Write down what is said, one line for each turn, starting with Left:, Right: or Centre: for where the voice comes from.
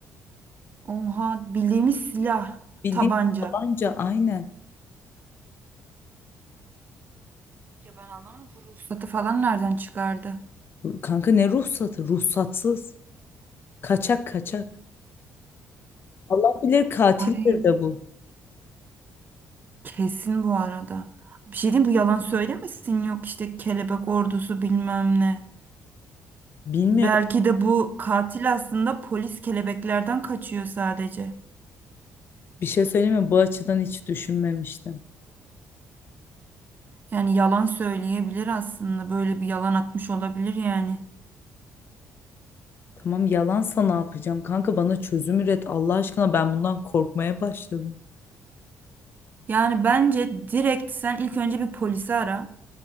Right: Oha bildiğimiz silah.
Left: Bildiğin
Right: Tabanca.
Left: tabanca aynen.
Right: Ya ben anlamadım bu ruhsat. falan nereden çıkardı?
Left: Kanka ne ruhsatı? Ruhsatsız. Kaçak kaçak. Allah bilir katildir
Right: Ay
Left: de bu.
Right: kesin bu arada. Bir şey diyeyim bu yalan söylemesin yok işte kelebek ordusu bilmem ne.
Left: Bilmiyorum.
Right: Belki de bu katil aslında polis kelebeklerden kaçıyor sadece.
Left: Bir şey söyleyeyim mi? Bu açıdan hiç düşünmemiştim.
Right: Yani yalan söyleyebilir aslında böyle bir yalan atmış olabilir yani.
Left: Tamam yalansa ne yapacağım? Kanka bana çözüm üret. Allah aşkına ben bundan korkmaya başladım.
Right: Yani bence direkt sen ilk önce bir polisi ara.